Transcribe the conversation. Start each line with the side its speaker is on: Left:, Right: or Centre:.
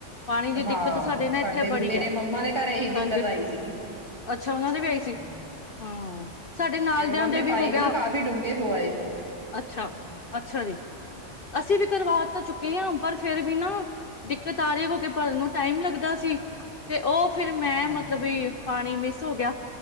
Left: ਪਾਣੀ ਦੀ
Right: ਹਾਂ,
Left: ਦਿੱਕਤ ਨਾ
Right: ਸਾਡੇ
Left: ਇੱਥੇ
Right: ਵੀ,
Left: ਬੜੀ
Right: ਮੇਰੇ
Left: ਹੈ
Right: ਮੰਮਾ ਦੇ ਘਰ ਇਹੀ
Left: ਹਾਂਜੀ,
Right: ਦਿੱਕਤ ਆਈ ਸੀਗੀ
Left: ਅੱਛਾ ਉਹਨਾਂ ਦੇ ਵੀ
Right: ਹੂੰ
Left: ਆਈ ਸੀ, ਹਾਂ ਸਾਡੇ ਨਾਲ
Right: ਫੇਰ ਉਹਨਾਂ
Left: ਦਿਆਂ
Right: ਨੇ
Left: ਦੇ ਵੀ
Right: ਪਾਈਪ
Left: ਹੋ ਗਿਆ
Right: ਨਾ ਕਾਫ਼ੀ ਡੂੰਘੇ ਪਵਾਏ
Left: ਅੱਛਾ,
Right: ਹੂੰ
Left: ਅੱਛਾ ਜੀ। ਅਸੀਂ ਵੀ ਕਰਵਾ ਤਾਂ ਚੁੱਕੇ ਆ ਪਰ ਫੇਰ ਵੀ ਨਾ ਦਿੱਕਤ ਆ ਰਹੀ ਕਿਉਂਕਿ ਭਰਨ ਨੂੰ ਟਾਈਮ ਲੱਗਦਾ ਸੀ ਤੇ ਉਹ ਫੇਰ ਮੈਂ
Right: ਹੂੰ।
Left: ਮਤਲਬ ਵੀ ਪਾਣੀ ਮਿਸ ਸ ਹੋ ਗਿਆ